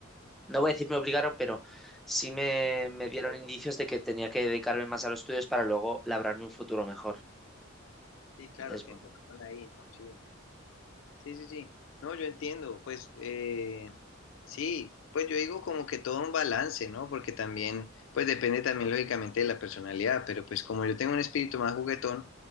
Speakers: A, in the centre; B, on the left.
A: no voy a decir me obligaron, pero sí me, me dieron indicios de que tenía que dedicarme más a los estudios para luego labrarme un futuro mejor.
B: Sí, claro,
A: Entonces,
B: te
A: bueno,
B: enfocaron ahí, ¿no? Sí. Sí, sí, sí. No, yo entiendo. Pues eh, sí, pues yo digo como que todo un balance, ¿no? Porque también, pues depende también lógicamente de la personalidad, pero pues como yo tengo un espíritu más juguetón,